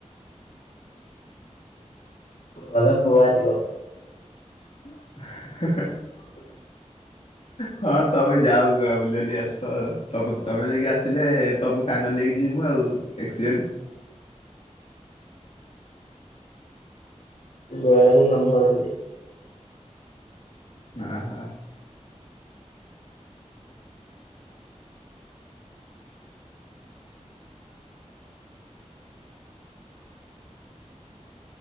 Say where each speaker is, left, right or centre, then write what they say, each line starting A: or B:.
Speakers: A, on the left; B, on the left.
A: ଭଲ ନୂଆ ଝିଅ
B: ହା
A: ହ
B: ହଁ ତମେ ଯାଅ ଆଉ ବୁଲି ବାଲି ଆସ, ତମେ ତମେ ଯାଇକି ଆସିଲେ ତମକୁ ସାଙ୍ଗ ନେଇକି ଯିମୁଁ ଆଉ ଏକ୍ସପିରିଏନ୍ସ
A: ଗୋଆ ରେ ମୋ ମାମୁଁ ଅଛନ୍ତି।
B: ହ ହ।